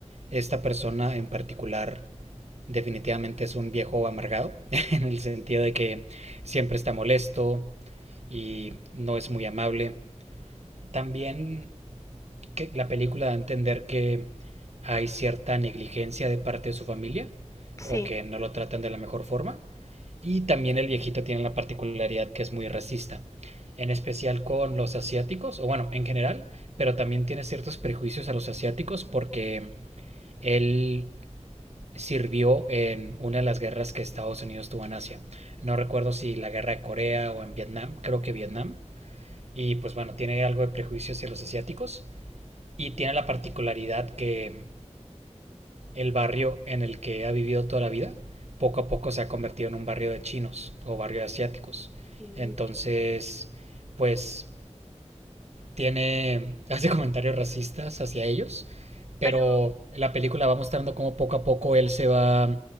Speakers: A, on the right (about 70°); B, on the left (about 25°).
A: esta persona en particular definitivamente es un viejo amargado, <laughs> en el sentido de que siempre está molesto y no es muy amable. También que la película da a entender que hay cierta negligencia de parte de su familia
B: Sí.
A: o que no lo tratan de la mejor forma. Y también el viejito tiene la particularidad que es muy racista, en especial con los asiáticos, o bueno, en general, pero también tiene ciertos prejuicios a los asiáticos porque él sirvió en una de las guerras que Estados Unidos tuvo en Asia. No recuerdo si la guerra de Corea o en Vietnam, creo que Vietnam. Y pues bueno, tiene algo de prejuicio hacia los asiáticos y tiene la particularidad que el barrio en el que ha vivido toda la vida poco a poco se ha convertido en un barrio de chinos o barrio de asiáticos.
B: Mm,
A: Entonces, pues tiene, <laughs> hace comentarios racistas hacia ellos, pero
B: Pero,
A: la película va mostrando cómo poco a poco él se va